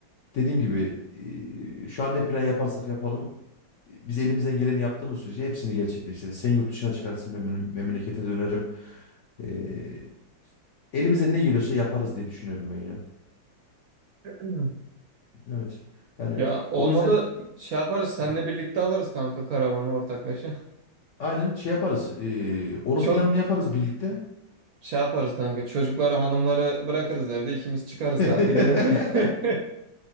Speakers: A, on the left (about 75°); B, on the right (about 70°).
A: dediğim gibi e, şu an ne plan yaparsak yapalım e, biz elimizden geleni yaptığımız sürece hepsini gerçekleştiririz. Sen yurt dışına çıkarsın ben memle- memlekete dönerim. E, elimize ne geliyorsa yaparız diye düşünüyorum ben ya.
B: <clears throat>
A: Evet. Yani
B: Ya
A: o
B: olmadı
A: yüzden
B: şey yaparız seninle
A: heh,
B: birlikte alırız kanka karavanı ortaklaşa.
A: aynen şey yaparız. e, onun
B: <laughs> Çok
A: planını yaparız birlikte.
B: Şey yaparız kanka çocukları hanımları bırakırız evde ikimiz çıkarız
A: <laughs>
B: tatile ne diye. <laughs>